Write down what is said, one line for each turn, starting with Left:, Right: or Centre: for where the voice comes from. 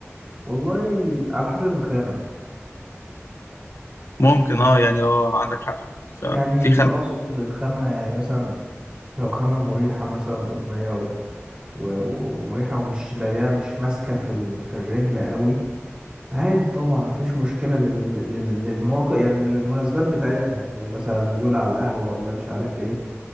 Right: والله على حسب الخامه
Left: ممكن اه يعني اه عندك حق فعلا
Right: يعني
Left: في خم...
Right: اقصد الخامة يعني مثلا لو خامة مريحة مثلا قطنية و... و... و- ومريحة ومش ضيقة مش ماسكة في ال... في الرجل قوي عادي طبعا مفيش مشكلة لل... لل... للمواقع يعني للمناسبات بتاعتها يعني مثلا نزولة على القهوة ولا مش عارف ايه